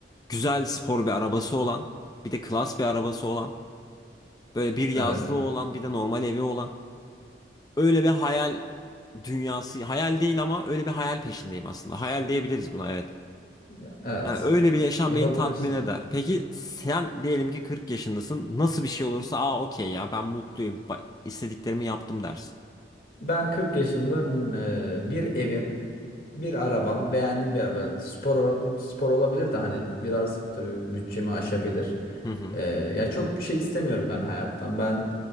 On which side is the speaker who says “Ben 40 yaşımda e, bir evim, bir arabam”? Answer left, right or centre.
Left